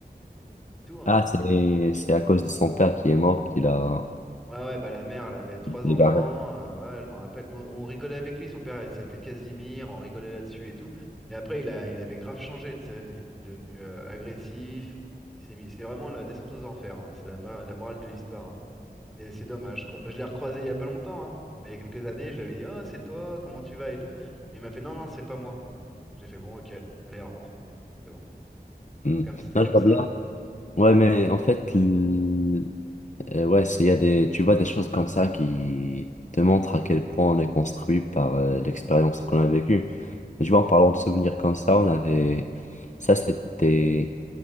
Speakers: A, in the centre; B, on the left.
A: C'est tout, hein.
B: Ah, c'est, c'est à cause de son père qui est mort qu'il a,
A: Ouais, ouais, bah la mère, elle avait trois
B: il
A: enfants.
B: est barré.
A: euh, ouais, ouais, je m'en rappelle. Mais On, on rigolait avec lui. Son père, il s'appelait Casimir. On rigolait là-dessus et tout. Et après, il a, il avait grave changé, tu sais. Il était devenu euh, agressif. Il s'est mis. C'est vraiment la descente aux enfers. hein. C'est la, mo- la morale de l'histoire. hein. Et C'est dommage, quoi. Bah, je l'ai recroisé il y a pas longtemps, hein. Il y a quelques années, je lui avais dit, oh, c'est toi, comment tu vas et tout. Et il m'a fait, non, non, c'est pas moi. J'ai fait, bon, ok, allez, au revoir. C'est bon.
B: Hmm.
A: C'est comme, c'est
B: Non,
A: comme
B: je vois
A: ça.
B: bien. Ouais, mais en fait, l- Et ouais, s'il y a des, tu vois, des choses comme ça qui te montrent à quel point on est construit par euh, l'expérience qu'on a vécue. Je vois, en parlant de souvenirs comme ça, on avait, ça c'était